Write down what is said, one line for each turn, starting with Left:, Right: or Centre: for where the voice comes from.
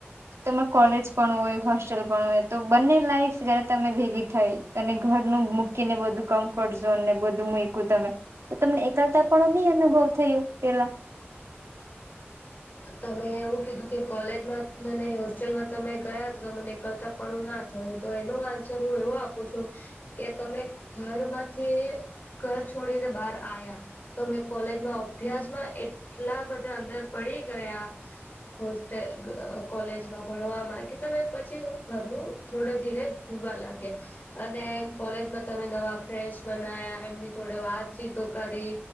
Right: તમે કોલેજ પણ હોય હોસ્ટેલ પણ હોય તો બંને લાઈફ જયારે તમે ભેગી થઈ. અને ઘરનું મૂકીને બધું કામ ઝને <inaudible> બધું મૂકું તમે તો તમને એકલતા પણ નહી અનુભવ થયો પેલા <inaudible>
Left: તમે એવું કીધું કે કોલેજમાં અનેન હોસ્ટેલમાં તમે ગયા તો તો મને કરતા પડો ના થયું તો એનો આન્સર હું એવો આપું છું કે તમે ઘરમાંથી ઘર છોડીને બહાર આવ્યા તો મેં કોલેજમાં અભ્યાસમાં એટલા બધા અંદર પડી ગયા. હોસ્ટેલ કોલેજમાં ભણવામાં કે તમે પછી ઘરનું થોડું ધીરે પૂરવા લાગે. અને કોલેજમાં તમે નવા ફ્રેન્ડસ બનાયા એમની જોડે વાતચીતો કરી